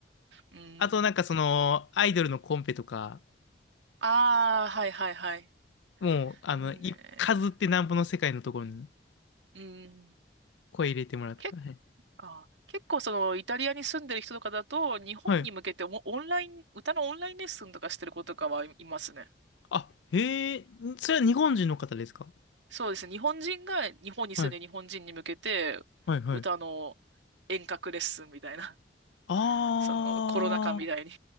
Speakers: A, on the right; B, on the left.
A: ーん。
B: あと、なんかその、アイドルのコンペとか、
A: ああ、はいはいはい。
B: もう、あの、
A: ね
B: い、数ってなんぼの世界のところに
A: え、うん。
B: 声入れてもらって。
A: け、
B: はい。
A: あ、結構そのイタリアに住んでる人とかだと、日本に向けてオンオンライン、
B: はい
A: 歌のオンラインレッスンとかしてる子とかはいいますね。
B: あ、へえ、んそれは日本人の方ですか
A: そうですね。日本人が日本に住んで日本人に向けて歌の遠隔レッスンみたいな、
B: はい、はい、はい。
A: <laughs>
B: あ
A: そのコロナ禍みたいに。